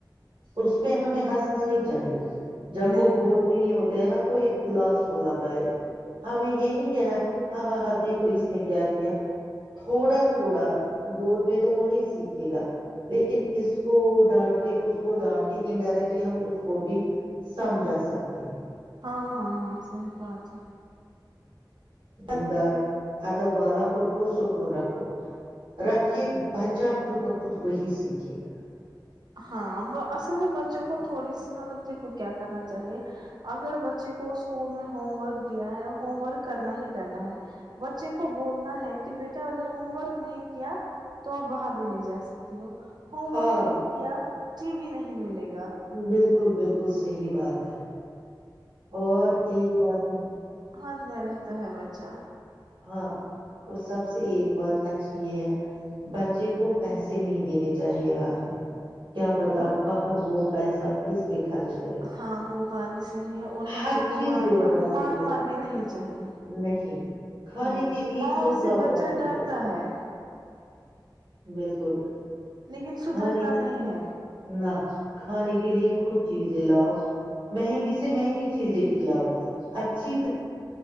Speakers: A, on the right; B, on the right.
A: اس پہ ہمیں ہنسنا نہیں چاہیے جب
B: نہیں
A: وہ گود نہیں ہوتے ہیں نا تو ایک کلاس وہلا گائے ہمیں یہ نہیں کہنا ہاں ہاں ہاں دیکھو اس نے کیا کیا تھوڑا تھوڑا گود میں تو وہ نہیں سیکھے گا لیکن اس کو ڈانٹ کے اس کو ڈانٹ کے انڈائریکٹلی ہم اس کو بھی سمجھا سکتے ہیں
B: ہاں ہاں ہاں صحی بات ہے
A: اندر ادب والا اور پر سکون رکھو راکھی بچہ خود بخود وہی سیکھے گا
B: ہاں اصل میں بچوں کو تھوڑی سی مطلب دیکھو کیا کرنا چاہیے اگر بچے کو اسکول میں ہوم ورک دیا ہے ہوم ورک کرنا ہی کرنا ہے بچے کو بولنا ہے کہ بیٹا اگر ہوم ورک نہیں کیا تو آپ باہر بھی نہیں جا سکتے ہو ہوم
A: ہاں
B: ورک نہیں جی بھی نہیں ملے گا
A: بالکل بالکل بالکل صحیح بات ہے اور ایک بات ہے
B: ہھ میں رہتا ہے بچہ
A: ہاں اور سب سے ایک بات اچھی یہ ہے بچے کو پیسے نہیں دینے چاہیے ہاتھ میں کیا پتا
B: اور
A: باہر وہ پیسہ کس پہ خرچ کرے گا
B: ہاں وہ بات بھی صحیح ہے اور بچے
A: ہر
B: کو
A: چیز
B: مارنا
A: دے دو بچے
B: مارنا
A: کو
B: بھی نہیں چاہیے
A: نہیں کھانے
B: نہیں
A: کے لیے
B: ماں
A: خود
B: اور سے
A: لاؤ
B: بچہ
A: بچوں
B: ڈرتا
A: کو
B: ہے <unintelligible>
A: بالکل
B: لیکن سدھرتا
A: کھانے
B: نہیں ہے
A: نہ کھانے کے لیے خود چیزیں لاؤ مہنگی سے مہنگی چیزیں کھلاؤ اچھی